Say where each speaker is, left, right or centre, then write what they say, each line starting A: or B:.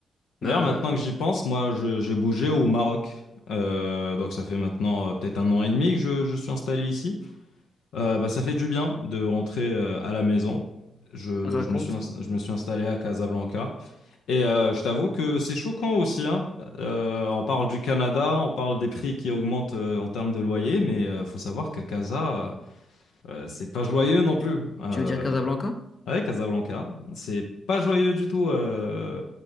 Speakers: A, on the left; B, on the left.
A: Bah,
B: D'ailleurs, maintenant que j'y pense, moi, je- j'ai bougé au Maroc. Euh, donc ça fait maintenant euh, peut-être un an et demi que je, je suis installé ici. Euh, bah, ça fait du bien de rentrer euh, à la maison. Je,
A: raconte.
B: je me suis, ins- je me suis installé à Casablanca. Et euh, je t'avoue que c'est choquant aussi, hein. Euh, on parle du Canada, on parle des prix qui augmentent euh, en termes de loyer, mais euh, faut savoir qu'à Casa, euh, euh, c'est pas joyeux non plus. Euh,
A: Tu veux dire Casablanca?
B: Ouais, Casablanca, c'est pas joyeux du tout euh,